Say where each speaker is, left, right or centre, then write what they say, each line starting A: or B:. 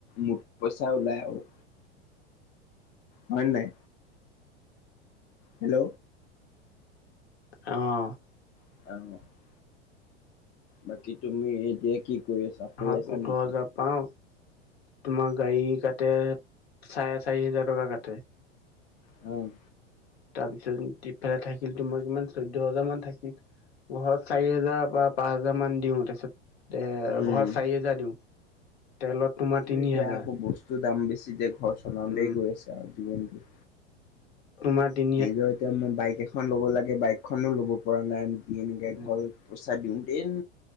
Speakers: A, on the left; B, on the left.
A: মুঠ পইচা ওলাই আৰু। হয় নে নাই? হেল্ল'।
B: অ'।
A: <unintelligible> বাকী তুমি এতিয়া কি কৰি আছা? শুই
B: মাহৰ
A: আছা
B: ওঠৰ
A: নেকি?
B: হাজাৰ পাওঁ তোমাৰ গাড়ী কাটে চাৰে চাৰি হাজাৰ টকা কাটে।
A: অ'।
B: তাৰপিছত ইফালে থাকিল তোমাৰ কিমান চৈধ্য হাজাৰ মান থাকিল, ঘৰত চাৰি হাজাৰ বা পাঁচ হেজাৰ মান দিওঁ, তাৰপিছত এ
A: উম।
B: ঘৰত চাৰি হোজাৰ দিওঁ। তেলত তোমাৰ তিনি
A: এতিয়া
B: হাজাৰ
A: আকৌ বস্তু দাম বেছি যে ঘৰ চলাওঁতেই
B: উম
A: গৈ আছে আৰু জীৱনটো।
B: ৰুমাটি।
A: নিজৰ এতিয়া মোৰ বাইক এখ ল'ব লাগে বাইকখনো ল'ব পৰা নাই আনকি এনেকে
B: উম
A: ঘৰত পইচা দিওঁতেন।